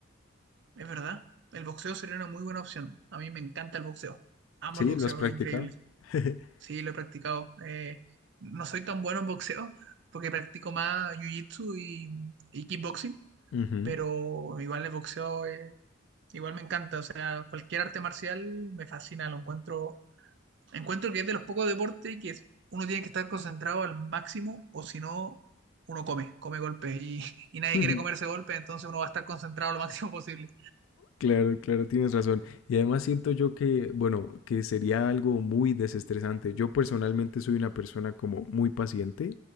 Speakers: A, on the right (about 60°); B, on the left (about 75°).
A: Es verdad, el boxeo sería una muy buena opción. A mí me encanta el boxeo. Amo
B: Sí,
A: el boxeo,
B: lo has practicado.
A: es increíble.
B: <laughs>
A: Sí, lo he practicado. Eh, no soy tan bueno en boxeo porque practico más jiu-jitsu y, y kickboxing,
B: Ujú.
A: pero igual el boxeo eh, igual me encanta. O sea, cualquier arte marcial me fascina, lo encuentro. Encuentro que es de los pocos deportes que es- uno tiene que estar concentrado al máximo o si no, uno come, come golpes y, y nadie
B: <laughs>
A: quiere comerse golpes, entonces uno va a estar concentrado lo máximo posible.
B: Claro, claro, tienes razón. Y además siento yo que, bueno, que sería algo muy desestresante. Yo personalmente soy una persona como muy paciente